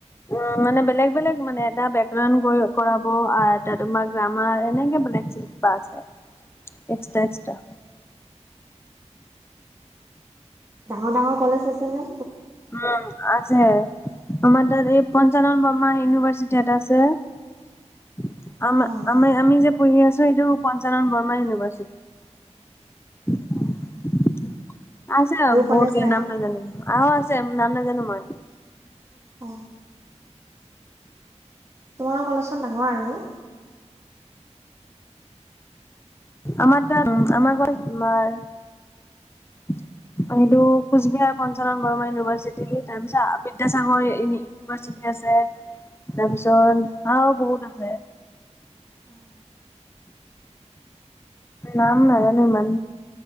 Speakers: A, on the left (about 20°); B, on the right (about 25°).
A: উ মানে বেলেগ বেলেগ মানে এটা বেলেগ কৰাব আৰু এটা তোমাৰ গ্ৰামাৰ এনেকে বেলেগ কিবা আছে এক্সটা এক্সটা <unintelligible>
B: ডাঙৰ ডাঙৰ কলেজ আছে নে
A: উম আছে আমাৰ তাত এই পঞ্চানন ব্মা ইউনিভাৰ্চিটি এটা আছে <unintelligible> আম
B: অ',
A: আমাৰ আমি যে পঢ়ি আছোঁ এইটো পঞ্চানন বৰ্মা ইউনিভাৰ্চিটি
B: অ',
A: আছে আৰু
B: কলেজ
A: বত কে
B: নাই?
A: নাম নাজানো অহ আছে <unintelligible> নাম নাজানো মই
B: অ তোমালোকৰ কলেজখন ডাঙৰ আৰু
A: আমাৰ ত আমাৰ গছ তোমাৰ এইটো কোচবিহাৰ পঞ্চনন বৰ্মা ইউনিভাৰ্চিটি তাৰ পিছত আদ্যাসাগৰ ইউ ইউনিভাৰ্চিটি আছে <unintelligible> তাৰপিছত
B: অ',
A: অহ বহুত <inaudible>
B: অ',
A: নাম নাজানো ইমান